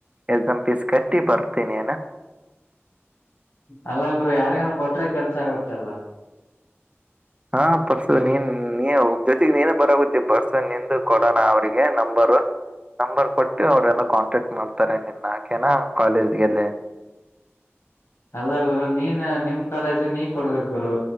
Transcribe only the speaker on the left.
ಅಲ್ಲ ಗುರು ಯಾರಿಗನ ಕೊಟ್ರೆ ಕೆಲ್ಸ ಆಗತ್ತಲ್ಲಾ.
ಅಲ್ಲ ಗುರು ನೀನ್, ನಿಮ್ ಕಾಲೇಜ್, ನೀ ಕೊಡ್ಬೇಕ್ ಗುರು.